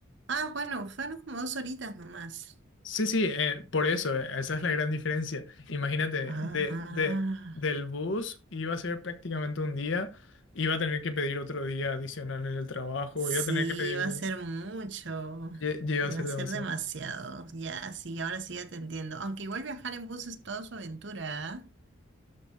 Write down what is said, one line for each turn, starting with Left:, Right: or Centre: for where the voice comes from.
Right: Ah, bueno, fueron como dos horitas nomás.
Left: Sí, sí, eh, por eso, eh, esa es la gran diferencia. Imagínate,
Right: Ah,
Left: de, de, del bus iba a ser prácticamente un día, iba a tener que pedir otro día adicional en el trabajo,
Right: sí,
Left: iba a tener que pedir,
Right: iba a ser mucho.
Left: lle- ya iba
Right: Iba
Left: a ser
Right: a
Left: demasiado.
Right: ser demasiado. Ya, sí, ahora sí ya te entiendo. Aunque igual viajar en bus es toda su aventura, ¿ah?